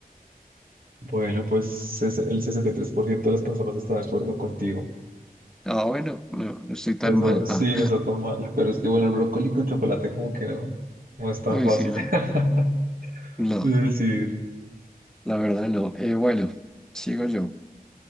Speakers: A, on the right (about 65°); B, in the centre.
A: Bueno, pues ses- el 63% de las personas está de acuerdo contigo.
B: Ah, bueno, no, no estoy tan
A: Eso
B: mal.
A: sí,
B: Ah,
A: no está tan mal. Pero es que, bueno, el brócoli con chocolate como que no, no es tan
B: uy,
A: fácil
B: sí, no,
A: <laughs>
B: no,
A: de decir.
B: la verdad no. Eh, bueno, sigo yo.